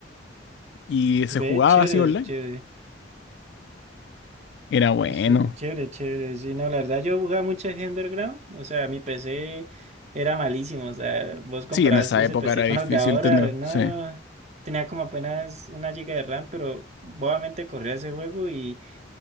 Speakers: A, on the left; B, on the right.
A: Y se
B: ve,
A: jugaba
B: chévere,
A: así online.
B: es chévere.
A: Era bueno.
B: Es, eh, chévere, chévere. Sí, no, la verdad yo jugaba mucho G Underground. O sea, mi PC era malísimo. O sea, vos comparás
A: Sí, en esa
B: ese
A: época
B: PC
A: era difícil
B: con los de ahora.
A: tenerlo,
B: No.
A: sí.
B: Tenía como apenas una giga de RAM, pero bobamente corría ese juego y